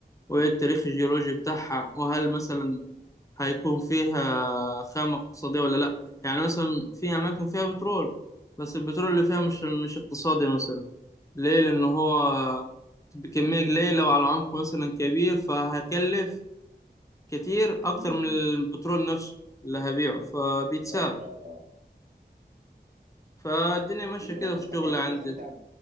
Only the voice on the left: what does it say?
وإيه التاريخ الجيولوجي بتاعها وهل مثلا هيكون فيها خامة اقتصادية ولا لأ يعني مثلا في أماكن فيها بترول بس البترول اللي فيها مش مش اقتصادي مثلا ليه لأن هو بكمية قليلة وعلى عمق مثلا كبير فهكلف كتير أكتر
من البترول نفسه اللي هبيعه فبيتساب
فالدنيا ماشية
كده
في
الشغل عندي